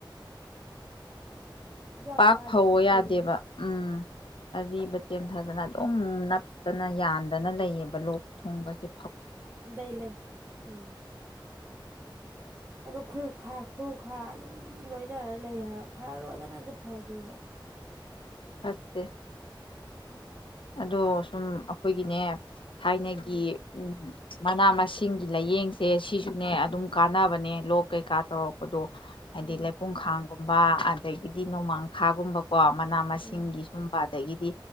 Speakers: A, on the right; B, on the left.
A: ꯍꯤꯗꯥꯛ
B: ꯄꯥꯛ
A: ꯆꯥꯔꯁꯨ
B: ꯐꯋ
A: ꯐꯠꯇꯦꯃꯤ
B: ꯌꯥꯗꯦꯕ ꯎꯝ ꯑꯔꯤꯕ ꯌꯦꯊꯥꯖꯅ ꯑꯗꯨꯝ ꯠꯇꯅ ꯌꯥꯟꯗꯅ ꯂꯩꯌꯦꯕ ꯂꯣꯛ ꯊꯣꯡꯕꯁ
A: ꯦ ꯂꯩꯦ ꯎꯝ ꯑꯗꯨꯝ ꯈꯨꯔ ꯈꯥ ꯈꯨ ꯈꯥ ꯑꯗꯨꯝ ꯂꯣꯏꯅꯔ ꯂꯩ ꯍꯥꯏꯕ ꯐ ꯔꯣꯖꯅꯁꯨ ꯐꯗꯦꯕ
B: ꯑꯁꯦ ꯑꯗꯣ ꯁꯨꯝ ꯑꯩꯈꯣꯏꯒꯤꯅꯦ ꯊꯥꯏꯅꯒꯤ
A: ꯎꯝ
B: ꯎ ꯃꯅꯥ ꯃꯁꯤꯡꯒꯤ ꯂꯥꯏꯌꯦꯡꯁꯦ ꯁꯤꯁꯨꯅꯦ ꯑꯗꯨꯝ ꯀꯥꯟꯅꯕꯅꯦ ꯂꯣꯛ ꯀꯩꯀꯥ ꯇꯧꯔꯛꯄꯗꯣ ꯍꯥꯏꯗꯤ
A: ꯎꯝ
B: ꯂꯩꯄꯨꯡ ꯈꯥꯡ ꯨꯝꯕ ꯑꯗꯒꯤꯗꯤ ꯅꯣꯡꯃꯥꯡꯈꯥꯒꯨꯝꯕ ꯀꯣ ꯃꯅꯥ ꯃꯁꯤꯡꯒꯤ
A: ꯎꯝ
B: ꯁꯨꯝꯕ ꯑꯗꯒꯤꯗꯤ